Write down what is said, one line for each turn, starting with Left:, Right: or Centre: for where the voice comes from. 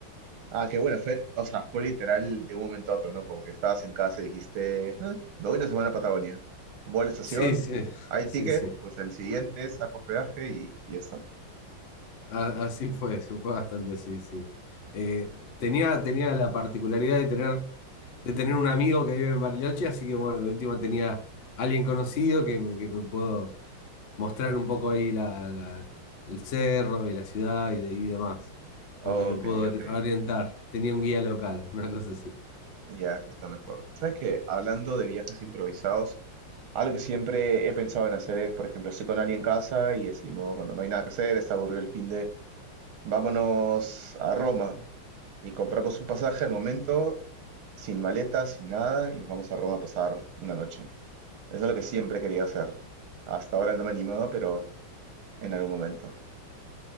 Right: Ah, qué bueno, fue, o sea, fue literal de un momento a otro, ¿no? Como que estabas en casa y dijiste, "Ah, me voy una semana a Patagonia. Voy a la estación,
Left: Sí, sí, <laughs>
Right: hay
Left: sí,
Right: ticket,
Left: sí.
Right: pues al siguiente saco hospedaje y, y eso.
Left: A- Así fue, se fue bastante así, sí. Eh, tenía, tenía la particularidad de tener, de tener un amigo que vive en Bariloche, así que bueno, de última tenía alguien conocido que me, que me puedo mostrar un poco ahí la, la- el cerro y la ciudad y, de- y demás. Como
Right: Ok,
Left: que me pudo
Right: ok,
Left: ori- orientar. Tenía un guía local, una cosa así.
Right: ya, eso está mejor. ¿Sabes qué? Hablando de viajes improvisados, Algo que siempre he pensado en hacer es, por ejemplo, estoy con alguien en casa y decimos, bueno, no hay nada que hacer, está aburrido el fin de... Vámonos a Roma y compramos un pasaje al momento, sin maleta, sin nada, y nos vamos a Roma a pasar una noche. Eso es lo que siempre he querido hacer. Hasta ahora no me he animado, pero en algún momento.